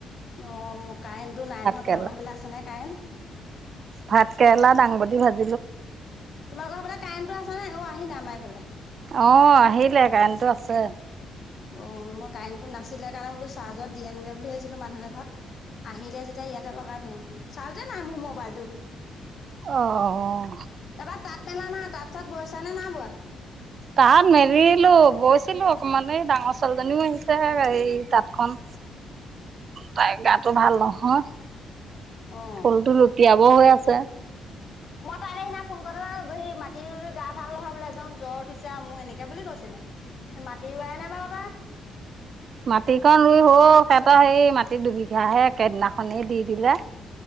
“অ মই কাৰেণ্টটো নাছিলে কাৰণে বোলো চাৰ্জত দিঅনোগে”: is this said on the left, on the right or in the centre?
Left